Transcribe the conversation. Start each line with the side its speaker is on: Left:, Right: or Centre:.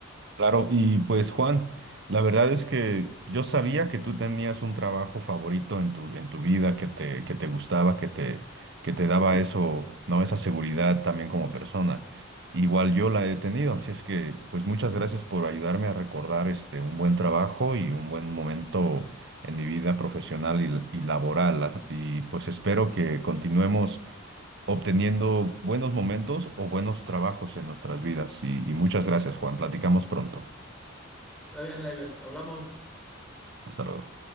Right: Claro, y pues Juan, la verdad es que yo sabía que tú tenías un trabajo favorito en tu, en tu vida, que te, que te gustaba, que te, que te daba eso, ¿no? Esa seguridad también como persona. Igual yo la he tenido, así es que pues muchas gracias por ayudarme a recordar este un buen trabajo y un buen momento en mi vida profesional y, y laboral. ah, Y pues espero que continuemos obteniendo buenos momentos o buenos trabajos en nuestras vidas. Y, y muchas gracias, Juan. Platicamos pronto.
Centre: Está bien, Leiber. Hablamos.
Right: Hasta luego.